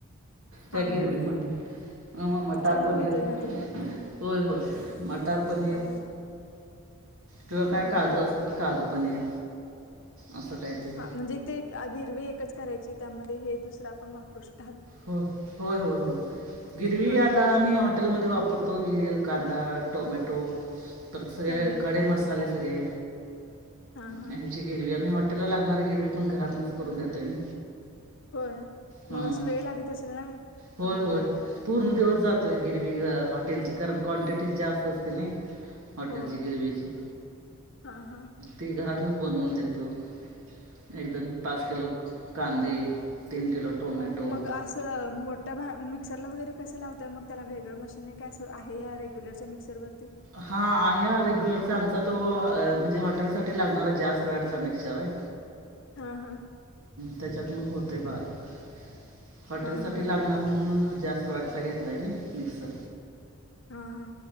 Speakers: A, on the left (about 60°); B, on the right (about 75°).
A: हा
B: त्या गिरवीमध्ये,
A: हा
B: म मटार
A: चांगलं
B: पनीर
A: होतय ना ते पण
B: होय, होय. मटार पनीर
A: हा हा
B: किंवा काय
A: हम्म
B: काजू
A: हम्म
B: असलं तर काजू पनीर. असं काहीतरी
A: हा म्हणजे ते गिरवी एकच करायची त्यामध्ये हे दुसरं आपण वापरू शकतो.
B: हो, होय, होय, होय गिरवी
A: हा
B: आता
A: हा
B: मी हॉटेलमध्ये वापरतो <unintelligible> कांदा टोमॅटो परत
A: हम्म
B: सगळे
A: हम्म
B: खडे मसाले सगळे
A: हा हा
B: ह्याची गिरवी आम्ही हॉटेल लागणारी गिरवी पण घरात करून देताय ना
A: होय
B: हां
A: मग असं
B: हां
A: वेळ लागत असेल ना
B: होय
A: एवढं
B: होय
A: करायला
B: पूर्ण दिवस जातोय गिरी हॉटेलची कारण क्वांटिटी जास्त असते नइ हॉटेलची
A: हो
B: गिरवीची
A: हा हा
B: ती घरात बनवून देतो एकदम पाच किलो कांदे तीन किलो टोमॅटो
A: मग मोठ्या भा मिक्सरला वगैरे कसं लावतय मग त्याला वेगळं मशीन आहे काय असं ह्या रेग्युलरच्या मिक्सरवर
B: हा आहे हा रेग्युलरचा आमचा तो म्हणजे हॉटेल साठी लागणार आहे जास्त वॅटचा मिक्सचर आहे
A: हा हा
B: त्याच्यात मग होतंय बारीक हॉटेलसाठी
A: हा हा
B: लागणार
A: हा
B: म्हणून जास्त वॅटचा घेतला आहे नाही मिक्सर
A: हा हा